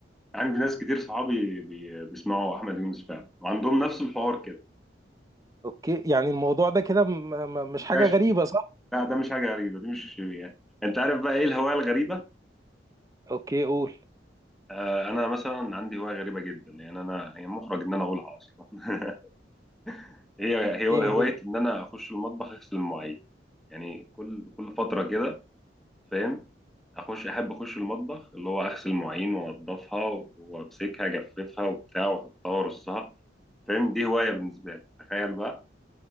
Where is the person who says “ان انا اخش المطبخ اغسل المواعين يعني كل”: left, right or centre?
Centre